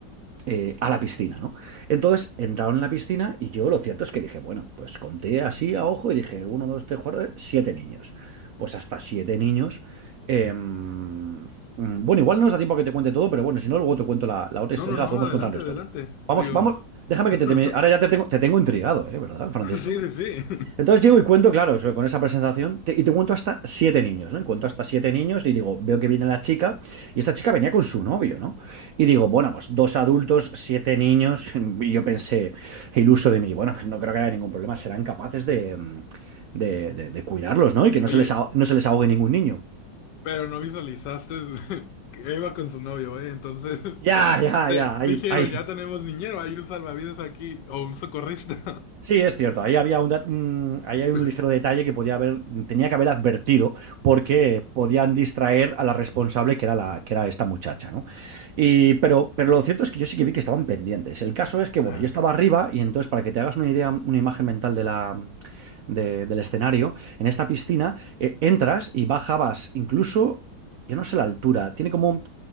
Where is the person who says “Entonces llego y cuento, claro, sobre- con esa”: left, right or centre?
Right